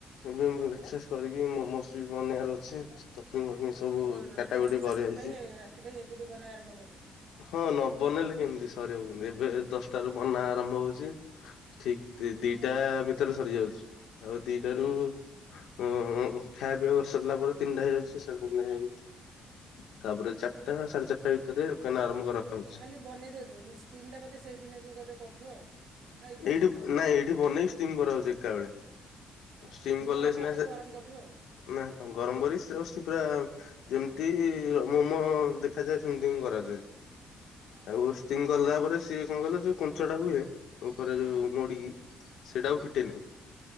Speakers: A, on the left; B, on the right.
A: ଏବେ ମୁଁ ବ୍ରେକ୍ଫାଷ୍ଟ କରିକି ମୋମୋସ୍ ବି ବନେଇବାର ଅଛି। <inaudible>
B: ଓ
A: କାଟାକୁଟି
B: ମାନେ ରାତି
A: କରାହେଇଛି।
B: ପାଇଁ, ରାତି ପାଇଁ ଏବେଠୁ ବନେଇବା ଆରମ୍ଭ କରିବେ?
A: ହଁ ନ ବନେଇଲେ କେମିତି ସରିବ କେମତି? ଏବେ ଦଶଟାରୁ ବନା ଆରମ୍ଭ ହଉଛି। ଠିକ ଦି
B: ଆଚ୍ଛା
A: ଦି ଟା ଭିତେରେ ସରିଯାଉଛି। ଆଉ ଦି ଟା ରୁ ଉଁ ଉଁ ଖାଇବା ପିଇବାକୁ ସାରିଲା ପରେ ତିନିଟା ହେଇଯାଉଛି। <inaudible> ତାପରେ ଚାରିଟା,
B: ଅ ହଉ
A: ସାଢେ ଚାରିଟା ଭିତରେ ଦୋକାନ ଆରମ୍ଭ କରା ହଉଛି।
B: ଏ ବନେଇ ଦ କିନ୍ତୁ ଷ୍ଟିମ ଟା ବୋଧେ ସେଇଠି ନେଇକି କରୁଥିବ ଆଉ। ନା ଏଇଠୁ
A: ଏଇଠି
B: ଷ୍ଟିମ୍ କରିଦେଉଛନ୍ତି
A: ନାଇଁ ଏଇଠି ବନେଇକି ଷ୍ଟିମ୍ କରାହଉଛି ଏକା ବେଳେ।
B: ଓହୋ
A: ଷ୍ଟିମ
B: ସେଇଠି
A: କଲେ
B: ଗଲାପରେ
A: ସିନା
B: ଆଉ ଟିକେ
A: ସେ,
B: ଗରମ କରୁଥିବେ ଆଉ
A: ନା ଗରମ କରି ସେ ପୁରା ଯେମିତି ମୋମ ଦେଖାଯାଏ ସେମିତି ହିଁ କରାଯାଏ।
B: ଆଚ୍ଛା
A: ତାକୁ ଷ୍ଟିମ କଲା ପରେ ସିଏ କଣ କହିଲ ଯୋଉ କୁଞ୍ଚ ଟା ହୁଏ ଉପରେ ଯୋଉ
B: ହଁ ହଁ
A: ମୋଡିିକି ସେଇଟା ଆଉ ଫିଟେନି।